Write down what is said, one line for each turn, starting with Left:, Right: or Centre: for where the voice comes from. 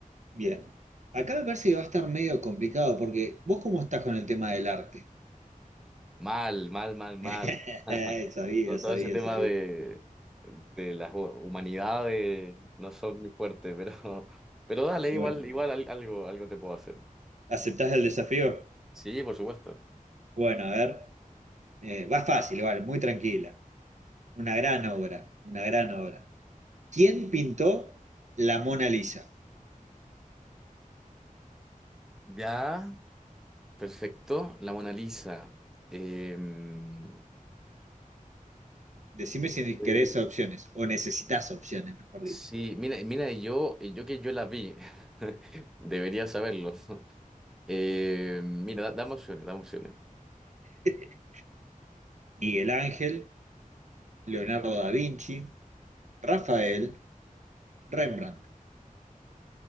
Right: Bien. Acá me parece que va a estar medio complicado porque vos cómo estás con el tema del arte.
Centre: Mal, mal, mal, mal.
Right: <laughs>
Centre: <laughs>
Right: Sabía,
Centre: Todo
Right: sabía,
Centre: todo ese tema
Right: sabía.
Centre: de, de las hu- humanidades no son muy fuertes, pero, <laughs> pero dale,
Right: Y
Centre: igual,
Right: bueno,
Centre: igual al- algo, algo te puedo hacer.
Right: ¿aceptás el desafío?
Centre: Sí, por supuesto.
Right: Bueno, a ver. eh, va fácil, vale, muy tranquila. Una gran obra, una gran obra. ¿Quién pintó la Mona Lisa?
Centre: Ya, perfecto. La Mona Lisa. Em,
Right: Decime
Centre: eh,
Right: si
Centre: eh,
Right: querés opciones, o necesitas opciones, mejor
Centre: sí,
Right: dicho.
Centre: mira, mira, yo, yo que yo la vi, <laughs> debería saberlo. <laughs> Eh, mira, da- dame opciones, dame opciones.
Right: <laughs> Miguel Ángel, Leonardo da Vinci, Rafael, Rembrandt.